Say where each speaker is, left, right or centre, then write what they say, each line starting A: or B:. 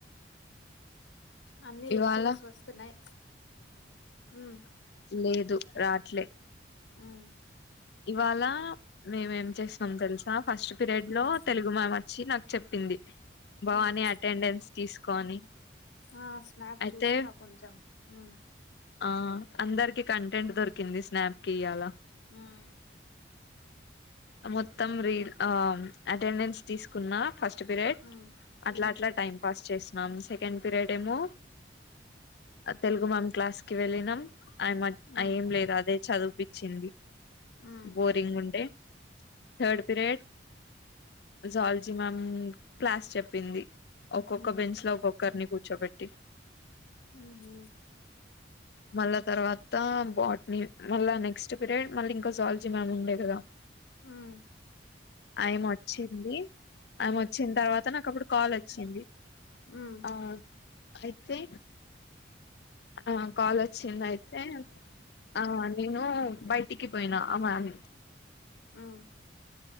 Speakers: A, on the left (about 80°); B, on the left (about 60°).
A: అన్ని
B: ఇవాళ
A: లెక్చరర్స్ వస్తున్నాయి ఉమ్
B: లేదు రాట్లే
A: ఉమ్
B: ఇవాళ మేమేం చేసన్నాం తెలుసా ఫస్ట్ పీరియడ్
A: ఉమ్
B: లో తెలుగు మ్యామ్ అ చ్చి నాక్ చెప్పింది భవాని
A: ఉమ్
B: అటెండెన్స్ తీసుకో అని
A: ఆ స్నాప్
B: అయితే
A: చూసినా కొంచెం ఉమ్
B: ఆ అందరికి కంటెంట్ దొరికింది స్నాప్కి ఇయ్యాల
A: ఊమ్
B: మొత్తం రీ ఆ అటెండెన్స్ తీసుకున్నా ఫస్ట్ పీరియడ్
A: ఉమ్
B: అట్లా అట్లా టైం పాస్ చేస్ మ్యామ్ సెకండ్ పీరియడ్ ఏమో తెలుగు మ్యామ్ క్లాస్ కి వెళ్ళినాం ఆయ మ
A: ఉమ్
B: ఏం లేదు అదే చదువుపించింది
A: ఉమ్ ఉమ్
B: బోరింగ్ గుండే third period zoology ma'am class చెప్పింది ఒక్కొక్క
A: ఉమ్
B: బెంచ్ లో ఒక్కొక్కరిని కూర్చోబెట్టి
A: ఊ హు
B: మళ్ళా తర్వాత బాట్ని మళ్ళా నెక్స్ట్ పీరియడ్ మళ్ళీ ఇంకో జాలజీ మ్యామ్ ఉండే కదా
A: ఉమ్
B: ఆయమ వచ్చింది ఆయమ వచ్చిన తర్వాత నాకు అప్పుడు కాల్ అచ్చింది
A: ఉమ్
B: ఆ అయితే ఆ కాల్ వచ్చింది అయితే ఆ నేను బయటికి పోయినా అ మ్యామ్
A: ఉమ్